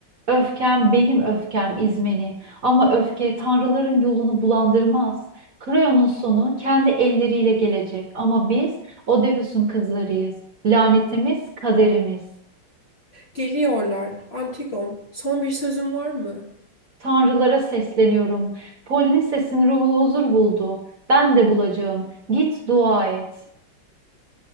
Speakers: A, on the right (about 50°); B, on the left (about 35°).
A: Öfkem benim öfkem İzmeni. Ama öfke tanrıların yolunu bulandırmaz. Kreon'un sonu kendi elleriyle gelecek. Ama biz Oedipus'un kızlarıyız. Lanetimiz kaderimiz.
B: Geliyorlar, Antigon, son bir sözün var mı?
A: Tanrılara sesleniyorum. Polinses'in ruhu huzur buldu. Ben de bulacağım. Git dua et.